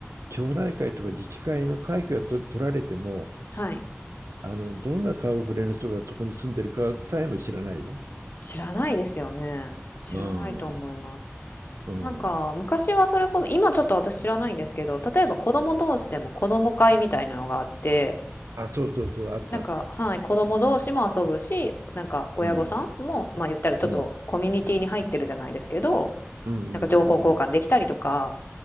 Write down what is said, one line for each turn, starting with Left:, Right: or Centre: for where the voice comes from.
Right: 町内会とか自治会の会費がと取られても、
Left: はい。
Right: あの、どんな顔ぶれの人がそこに住んでるかさえも知らないじゃん。
Left: 知らないですよね。知らないと思います。
Right: うん。うん。
Left: なんか、昔はそれこそ、今ちょっと私知らないんですけど、例えば子供同士でも子供会みたいなのがあって、
Right: あ、そうそうそう、あったあった。
Left: なんか、はい、子供同士も遊ぶし、なんか親御さんも、
Right: うん。
Left: まあ言ったらちょっとコミュニティに入ってるじゃないですけど、
Right: うん。うんうんうんうん。
Left: なんか情報交換できたりとか